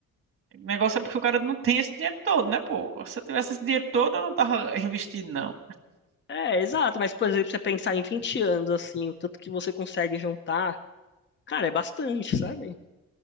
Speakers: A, on the right (about 40°); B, on the left (about 35°).
A: O negócio é porque o cara não tem esse dinheiro todo, né, pô? Se eu tivesse esse dinheiro todo, eu não tava <laughs> investindo, não.
B: É, exato, mas, por exemplo, você pensar em 20 anos, assim, o tanto que você consegue juntar, cara, é bastante, sabe?